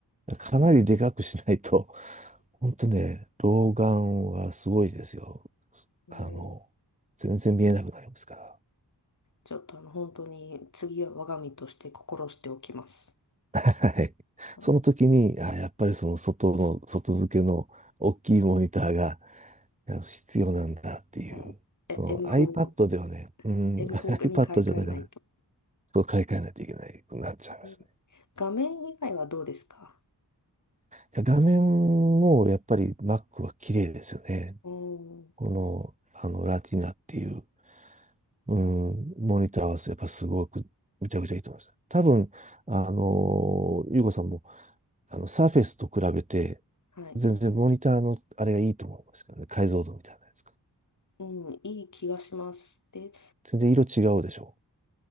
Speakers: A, on the right; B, on the left.
A: かなりでかくしないと、ほんとね、老眼はすごいですよ。
B: うん
A: あの、全然見えなくなりますから。
B: ちょっとあの、本当に次は我が身として心しておきます。
A: はい。
B: はい、
A: その時に、あ、やっぱりその外の、外付けの大きいモニターが必要なんだっていう。
B: はいえ、
A: その
B: M4、
A: iPad ではね、うん、
B: M4
A: <laughs> iPad
B: に買い替えないと。
A: じゃないかな。そょ買い替えないといけないくなっちゃいますね。
B: えー画面以外はどうですか
A: 画面もやっぱり Mac は綺麗ですよね。
B: うん、
A: この、あの、ラティナっていう、うん、モニターはやっぱすごくむちゃくちゃいいと思います。多分、あの、ゆうこさんも、あの、サーフェスと比べて、
B: はい、
A: 全然モニターのあれがいいと思うんですけどね。解像度みたいなやつが。
B: うん、いい気がします。で、
A: 全然色違うでしょ